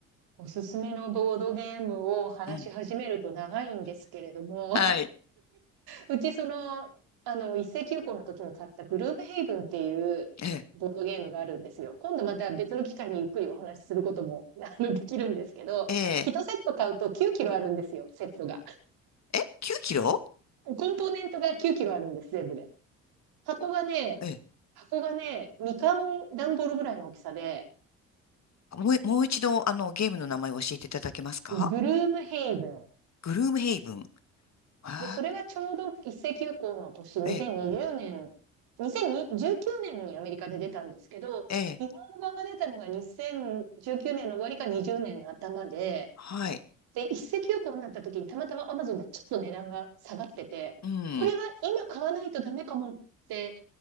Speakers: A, on the right; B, on the left.
A: おすすめのボードゲームを話し始めると長いんですけれども、
B: うん。はい。
A: うちその、あの、一斉休校の時に買ったグループヘイブンっていうボードゲームがあるんですよ。
B: ええ。
A: 今度また別の機会にゆっくりお話しすることも、<laughs> あの、できるんですけど、
B: ええ。
A: 1セット買うと9キロあるんですよ、セットが。
B: え、9キロ
A: コンポーネントが9キロあるんです、全部で。箱がね、
B: ええ。
A: 箱がね、みかん段ボールぐらいの大きさで、
B: もう、もう一度、あの、ゲームの名前を教えていただけますか
A: グルームヘイブン、
B: グルームヘイブン。ああ、
A: で、それがちょうど一斉休校の年、2020年、
B: ええ、
A: 2019年にアメリカで出たんですけど、
B: ええ、
A: 日本語版が出たのが2019年の終わりか20年の頭で、
B: はい。
A: で、一斉休校になった時にたまたま Amazon でちょっと値段が下がってて、
B: うん。
A: これは今買わないとダメかもって